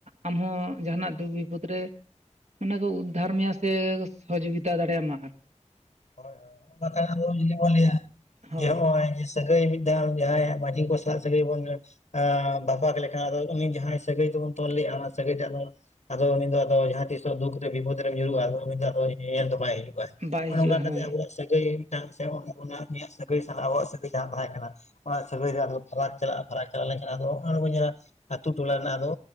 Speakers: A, on the right (about 65°); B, on the left (about 70°).
A: ᱟᱢ ᱦᱚᱸ ᱡᱟᱦᱟᱱᱟᱜ ᱫᱩᱠ ᱵᱤᱯᱚᱫᱽ ᱨᱮ ᱢᱟᱱᱮ ᱠᱚ ᱩᱫᱽᱫᱷᱟᱨ ᱢᱮᱭᱟ ᱥᱮ ᱥᱚᱦᱚᱡᱳᱜᱤᱛᱟ ᱫᱟᱲᱮ ᱟᱢᱟ ᱦᱟᱸᱜ
B: ᱦᱳᱭ᱾ ᱚᱱᱟ ᱛᱟᱭᱚᱢ ᱡᱩᱫᱤ ᱵᱚᱱ ᱞᱟᱹᱭᱟ
A: ᱦᱳᱭ
B: ᱡᱮ ᱱᱚᱭ-ᱚᱭ ᱡᱮ ᱥᱟᱹᱜᱟᱹᱭ ᱢᱤᱫ ᱫᱷᱟᱣ ᱡᱟᱦᱟᱸᱭᱟᱜ ᱢᱟᱺᱡᱷᱤ ᱠᱚ ᱥᱟᱶ ᱥᱟᱹᱜᱟᱹᱭ ᱵᱚᱱ ᱵᱟᱯᱟᱠ ᱞᱮᱠᱷᱟᱱ ᱟᱫᱚ ᱩᱱᱤ ᱡᱟᱦᱟᱸᱭ ᱥᱟᱹᱜᱟᱹᱭ ᱫᱚᱵᱚᱱ ᱛᱚᱞ ᱞᱮᱫᱟ ᱚᱱᱟ ᱥᱟᱹᱜᱟᱹᱭ ᱴᱟᱜ ᱫᱚ ᱟᱫᱚ ᱩᱱ ᱫᱚ ᱟᱫᱚ ᱡᱟᱦᱟᱸ ᱛᱤᱥᱚᱜ ᱫᱩᱠ ᱨᱮ ᱵᱤᱯᱚᱫᱽ ᱨᱮᱢ ᱧᱩᱨᱩᱜᱼᱟ ᱟᱫᱚ ᱩᱱᱤ ᱫᱚ ᱟᱫᱚ ᱧᱮᱧᱮᱞ ᱫᱚ ᱵᱟᱭ ᱦᱤᱡᱩᱜᱼᱟ᱾
A: ᱵᱟᱭ
B: ᱚᱱᱮ
A: ᱦᱤᱡᱩᱜᱼᱟ
B: ᱚᱝᱠᱟ ᱠᱟᱛᱮᱫ
A: ᱦᱳᱭ
B: ᱟᱵᱚᱣᱟᱜ ᱥᱟᱹᱜᱟᱹᱭ ᱢᱤᱫᱴᱟᱝ ᱥᱮ <unintelligible> ᱩᱱᱤᱭᱟᱜ ᱥᱟᱹᱜᱟᱹᱭ ᱥᱟᱞᱟᱜ ᱟᱵᱚᱣᱟᱜ ᱥᱟᱹᱜᱟᱹᱭ ᱡᱟᱦᱟᱸ ᱛᱟᱦᱮᱸ ᱠᱟᱱᱟ ᱚᱱᱟ ᱥᱟᱹᱜᱟᱹᱭ ᱟᱫᱚ ᱯᱷᱟᱨᱟᱠ ᱪᱟᱞᱟᱜᱼᱟ ᱾ᱯᱷᱟᱨᱟᱠ ᱪᱟᱞᱟᱣ ᱞᱮᱱᱠᱷᱟᱱ ᱟᱫᱚ <unintelligible> ᱧᱮᱞᱟ ᱟᱹᱛᱩ ᱴᱚᱞᱟ ᱨᱮᱱᱟᱜ ᱟᱫᱚ